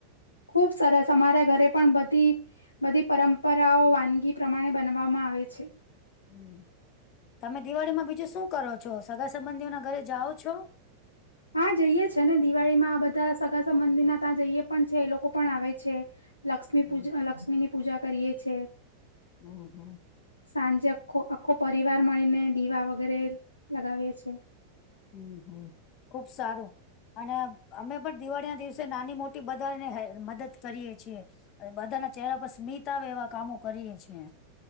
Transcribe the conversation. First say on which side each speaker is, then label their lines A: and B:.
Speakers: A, on the left; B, on the left.
A: ખુબ સરસ અમારા ઘરે પણ બધી બધી પરંપરાઓ વાનગી પ્રમાણે બનવામાં આવે છે.
B: હમ તમે દિવાળીમાં બીજું શું કરો છો સગા સંબંધીઓના ઘરે જાઓ છો.
A: હા જઈે છે ને દિવાળી માં બધા સગા સં મંદિરના ત્યાં જઈએે પણ છે એ લોકો પણ આવે છે. લક્ષ્મી
B: હમ
A: પૂજ લક્ષ્મીની પૂજા કરીએ છે.
B: હમ હમ
A: સાંજે આખો આખો પરિવાર મળીને દીવા વગેરે લગાવીએ છે.
B: હમ હમ ખુબ સારું અને અમે પણ દિવાળીના દિવસે નાની મોટી બધાને મદદ કરીએ છીએ. અને બધાના ચહેરા પર સ્મિતા આવે એવા કામો કરીએ છેીએ.